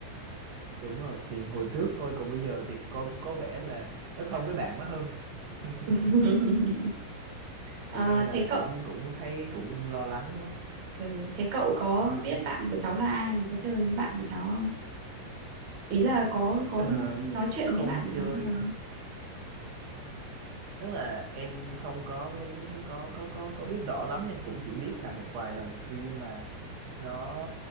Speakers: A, on the right (about 70°); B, on the right (about 80°).
A: đúng rồi thì hồi trước thôi còn bây giờ thì có có vẻ là nó thân với bạn nó hơn <laughs>
B: <laughs> Ờ,
A: nên là
B: thế cậu
A: cũng cũng thấy cũng lo lắng lắm
B: Ừ, thế cậu có
A: ừ.
B: biết bạn của cháu là ai và có chơi với bạn của cháu không? Ý là có có
A: Ờ,
B: nói chuyện
A: không
B: với bạn của
A: chơi
B: cháu bao giờ không?
A: tức là em không có có có có có biết rõ lắm nha cũng chỉ biết là một vài lần khi mà nó